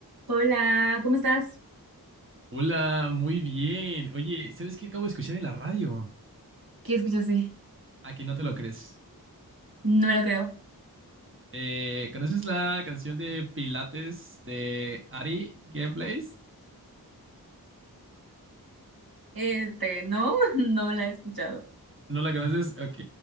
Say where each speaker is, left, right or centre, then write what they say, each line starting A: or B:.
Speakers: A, on the right; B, on the right.
A: Hola, ¿cómo estás?
B: Hola, muy bien. Oye, ¿sabes qué acabo de escuchar en la radio?
A: ¿Qué escuchaste?
B: Aquí no te lo crees.
A: No me lo creo.
B: Eh, ¿conoces la canción de Pilates de Ari Gameplays?
A: Este, no, <laughs> no la he escuchado.
B: ¿No la conoces? Ok,